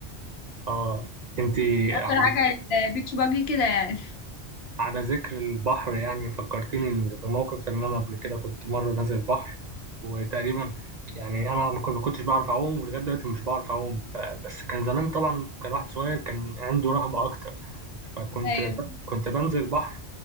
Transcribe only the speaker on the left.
نأجر
حاجة على البيتش باجي كده يعني
<laughs> ايوه